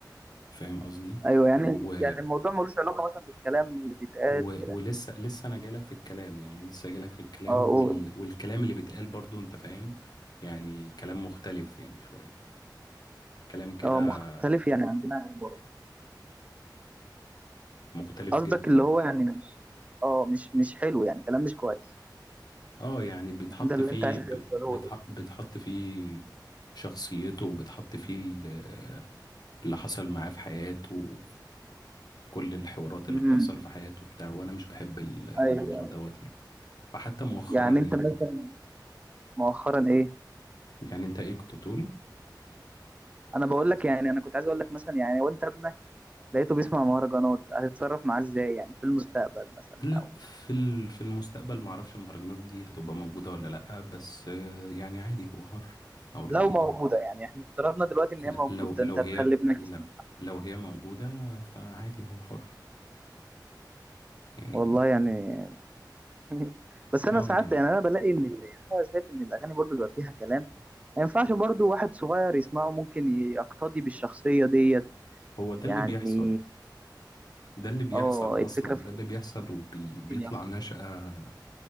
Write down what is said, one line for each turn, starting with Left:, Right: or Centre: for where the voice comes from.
Left: فاهم قصدي؟
Right: ايوه يعني
Left: و...
Right: يعني الموضوع ملوش علاقة مثلا بالكلام اللي بيتقال
Left: و...
Right: كده
Left: ولسه لسه انا جايلك في الكلام يعني لسه جايلك في الكلام
Right: اه
Left: وال...
Right: قول.
Left: والكلام اللي بيتقال برضو انت فاهم يعني كلام مختلف يعني شوية كلام كده
Right: اه مختلف يعني عن دماغك برضه
Left: مختلف
Right: قصدك
Left: جدا
Right: اللي هو يعني مش اه مش مش حلو يعني كلام مش كويس
Left: اه يعني بيتحط
Right: ده اللي
Left: فيه
Right: انت عايز توصله
Left: ب... بتح...
Right: لي
Left: بتحط فيه شخصيته وبتحط فيه ال- اللي حصل معاه في حياته كل الحوارات اللي
Right: امم
Left: بتحصل في حياته بتاع وانا مش بحب ال- الموضوع
Right: ايوه
Left: دوت يعني فحتى مؤخرا
Right: يعني
Left: يعني
Right: انت مثلا مؤخرا ايه
Left: يعني انت ايه كنت بتقول
Right: انا بقول لك يعني انا كنت عايز اقول لك مثلا يعني وانت ابنك لقيته بيسمع مهرجانات هتتصرف معاه ازاي يعني في المستقبل مثلا
Left: لا
Right: او
Left: في ال- في المستقبل ما اعرفش المهرجانات دي هتبقى موجودة ولا لا بس آه، يعني عادي هو حر اقول
Right: لو
Left: له ايه
Right: موجودة
Left: يعني
Right: يعني احنا افترضنا دلوقتي ان
Left: لا
Right: هي موجودة
Left: لو لو
Right: انت هتخلي
Left: هي
Right: ابنك
Left: لا
Right: يسمع
Left: لو هي موجودة فعادي هو حر يعني
Right: والله يعني <laughs> بس انا
Left: اه
Right: ساعات
Left: يعني
Right: يعني انا بلاقي ان ال- يعني انا شايف ان الاغاني برضو بيبقى فيها كلام ما ينفعش برضو واحد صغير يسمعه ممكن يقتدي بالشخصية ديت
Left: هو ده
Right: يعني
Left: اللي بيحصل ده اللي بيحصل
Right: اه الفكرة
Left: اصلا
Right: في
Left: ده
Right: كده
Left: اللي بيحصل وبيطلع
Right: ممكن يحصل
Left: نشأة